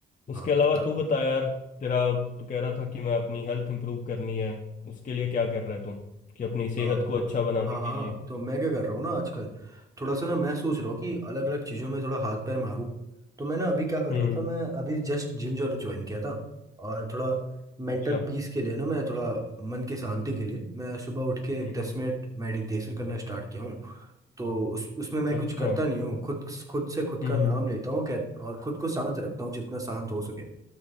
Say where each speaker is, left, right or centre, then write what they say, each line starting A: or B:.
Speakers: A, on the left; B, on the right.
A: उसके
B: हाँ
A: अलावा
B: किताब
A: तू बता यार तेरा तू कह रहा था कि मैं अपनी हेल्थ इंप्रूव करनी है उसके लिए क्या कर रहा है तू कि अपनी सेहत
B: अ, वो
A: को अच्छा बनाने
B: हाँ
A: के
B: हाँ
A: लिए
B: तो मैं क्या कर रहा हूँ ना आजकल थोड़ा सा ना मैं सोच रहा हूँ कि अलग अलग चीज़ों में थोड़ा हाथ पैर मारूँ तो मैं ना अभी क्या कर
A: हम्म
B: रहा था मैं अभी जस्ट जिम जाना ज्वाइन किया था और थोड़ा मेंटल
A: अच्छा हम्म
B: पीस के लिए ना मैं थोड़ा मन की शांति के लिए मैं सुबह उठ के
A: हम्म,
B: दस मिनट मेडिटेशन करना स्टार्ट किया हूँ तो उस उसमें मैं कुछ
A: अच्छा
B: करता
A: हम्म
B: नहीं हूँ खुद खुद से खुद
A: हम्म
B: का नाम लेता हूँ क्या और खुद को शांत रखता हूँ जितना शांत हो सके